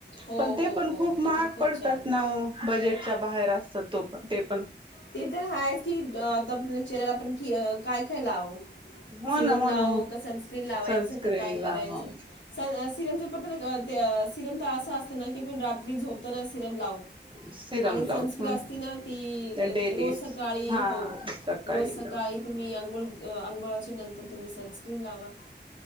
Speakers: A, on the left; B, on the right.
A: हो
B: पण ते
A: हो
B: पण
A: हो
B: खूप महाग
A: ते पण खूप
B: पडतात
A: छान आहे
B: ना बजेटच्या बाहेर असत तो ते पण
A: ते तरर हास अ त चेहऱ्याला आपण क काय काय लाव
B: हो
A: सिरम
B: ना
A: लाव
B: हो ना हो
A: का सनस्क्रीन लावायचं
B: सनस्क्रीन
A: काय
B: लाव
A: करायचं सिरमच ते सिरम तर असा असतं ना की पण रात्री झोपताना सिरम लाव
B: सिरम
A: आणि
B: लावत
A: सनस्क्रीन
B: हो
A: असती ना ती
B: डेलीस
A: रोज सकाळी
B: हा
A: हो
B: सकाळी
A: रोज सकाळी
B: लाव
A: तुम्ही अंघोळ अंघोळाच्या नंतर तुम्ही सनस्क्रीन लावा